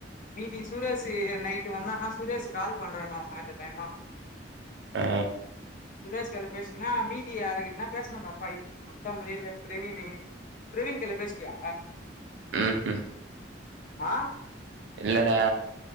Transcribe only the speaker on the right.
ஆ
ம்ஹும்
இல்லடா